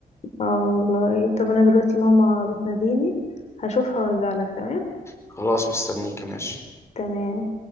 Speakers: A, on the left; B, on the left.
A: اه والله طب انا دلوقتي ماما بتناديني هشوفها وارجع لك تمام
B: خلاص مستنيكي ماشي
A: تمام